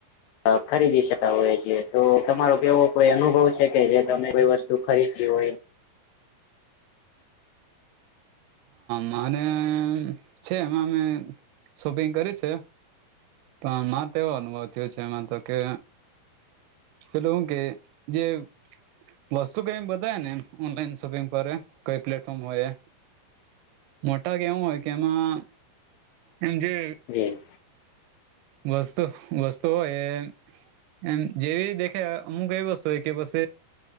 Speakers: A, on the left; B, on the right.
A: અ ખરીદી શતા હોય છેએ તો તમારો કેવો કોઈ અનુભવ છે, કે જે તમે કોઈ વસ્તુ ખરીદ હોય.
B: મારે છે, એમાં અમે શોપિંગ કર્યું છે. પણ મારે તો એવો અનુભવ થયો છે, એમાં તો કે એ લોકો કે જે વસ્તુ કઈમ બતાય ને એમ ઓનલાઈન શોપિંગ પર કઈ પ્લેટફોર્મ હોય. મોટા કેવું હોય કે એમાં એમ જે
A: જી
B: વસ્તુ વસ્તુ હો, એ એમ જેવી દેખે અમુક એવી વસ્તુ હોય, કે પછ